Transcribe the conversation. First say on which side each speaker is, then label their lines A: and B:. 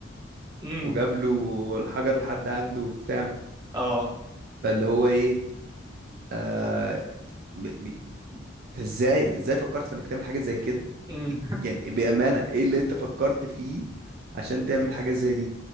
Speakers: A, on the right (about 20°); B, on the right (about 55°).
A: امم
B: وجاب له الحجر لحد عنده وبتاع
A: <laughs> اه
B: فاللي هو ايه آه، ب- ب- انت ازاي ازاي فكرت في انك تعمل حاجه زي كده
A: امم
B: يعني بامانه ايه اللي انت فكرت فيه عشان تعمل حاجه زي دي